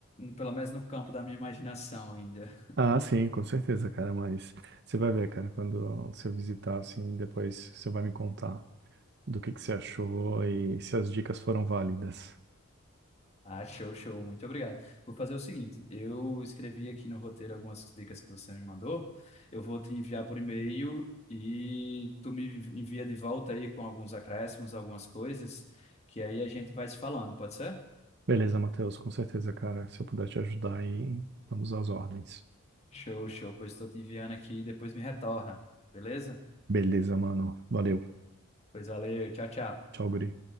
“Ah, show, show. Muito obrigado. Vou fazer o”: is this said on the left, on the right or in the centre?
Left